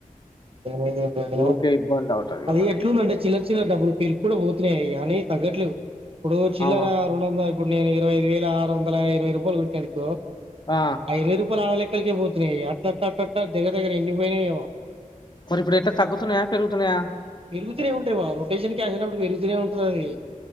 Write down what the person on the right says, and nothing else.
ఉ
అది
ఎట్లుంది అంటే చిల్లర చిల్లర డబ్బులు ఎప్పుడు కూడా పోతున్నాయి కని తగ్గట్లేదు ఇప్పుడు చిల్లర
ఇప్పుడు నేను ఇరవ ఐదు వే ఆరు వందల ఇరవై రూపాయలు కొట్టిన అనుకో
ఐదు వేలు రూపాయలు ఆ లెక్కలక పోతున్నాయి అట్లా అట్లాట్ల దగ్గర దగ్గర ఎన్నిపోయినాయో
పెరుగుతూనే ఉంటాయి బావ రొటేషన్ క్యాసినప్పుడు పెరుగుతూనే ఉంటుంది అది